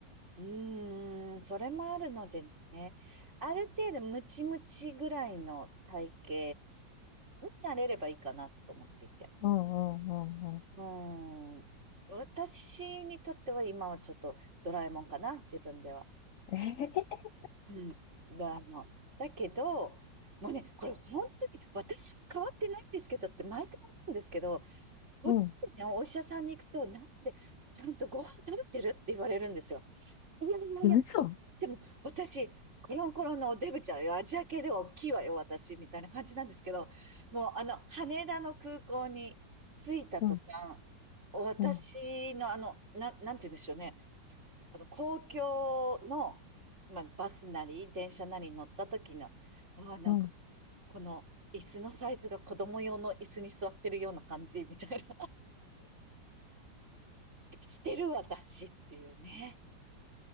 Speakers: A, on the right; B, on the left.
A: うーん、それもあるのでね。ある程度ムチムチぐらいの体型になれればいいかなと思っていて。
B: うんうんうん。
A: うーん。私にとっては今はちょっとドラえもんかな、自分では。
B: ええ
A: うん、ドラえもん。だけど、もうね、これ本当に私は変わってないんですけどって毎回思うんですけど、こっちね、
B: うん。
A: お医者さんに行くと、なんで、ちゃんとご飯食べてるって言われるんですよ。いやいやいや、
B: 嘘。
A: でも私、コロンコロンのおデブちゃんよ、アジア系では大きいわよ、私、みたいな感じなんですけど、もうあの、羽田の空港に着いた途端、
B: うん
A: 私のあの、
B: うん
A: な、なんて言うんでしょうね、あの、公共の、まあ、バスなり、電車なりに乗った時の、ああ、なんか、
B: うん。
A: この、椅子のサイズが子供用の椅子に座ってるような感じみたいな。してる私っていうね。